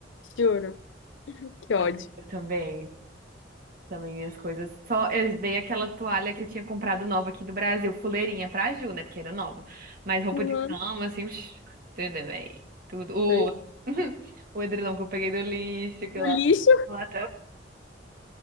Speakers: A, on the left (about 80°); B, on the right (about 50°).
A: Juro. Que ódio.
B: Amiga, também, também minhas coisas, só eu dei aquela toalha que eu tinha comprado nova aqui do Brasil, fuleirinha pra Ju, né, porque era nova, mas roupa
A: Uhum.
B: de cama, assim, psh, tudo, bem, tudo. O,
A: Pois é.
B: <laughs> o edredom que eu peguei do lixo, que
A: No
B: eu lavo
A: lixo?
B: lá